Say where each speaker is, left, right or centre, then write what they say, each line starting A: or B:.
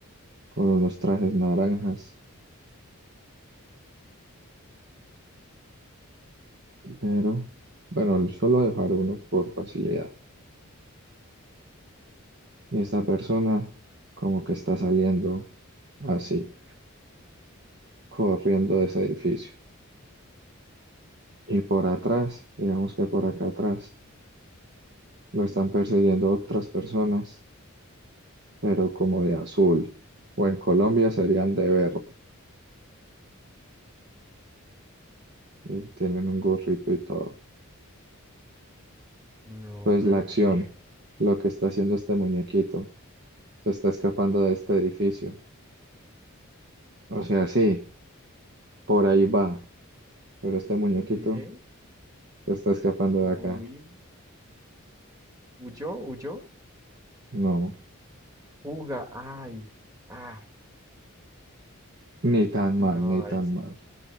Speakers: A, on the right; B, on the right.
A: con unos trajes naranjas. Pero, bueno, solo voy a dejar uno por facilidad. Y esta persona como que está saliendo así, corriendo de ese edificio. Y por atrás, digamos que por acá atrás, lo están persiguiendo otras personas, pero como de azul. O en Colombia serían de verde y tienen un gorrito y todo.
B: No,
A: Entonces
B: pero
A: la acción,
B: ¿qué?
A: lo que está haciendo este muñequito, se está escapando de este edificio. O sea, sí, por ahí va, pero este muñequito
B: ¿Qué?
A: se está escapando de
B: No,
A: acá.
B: uy, ¿Huyó? ¿Huyó?
A: No,
B: Juga. Ay. Ah,
A: ni tan
B: no,
A: mal, ni
B: ahí
A: tan
B: sí.
A: mal.